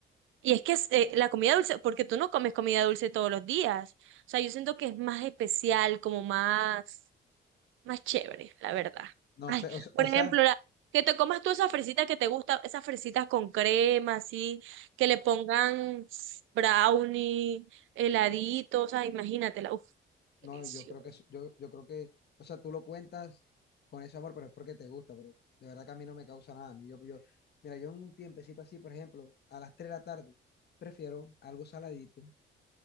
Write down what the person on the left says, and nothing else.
No
sé, o se-
o
sea
No,
yo creo que, es- yo, yo creo que, o sea, tú lo cuentas con ese amor, pero es porque te gusta, pero de verdad que a mí no me causa nada. A mí, yo, yo, mira, yo en un tiempecito así, por ejemplo, a las 3 de la tarde, prefiero algo saladito,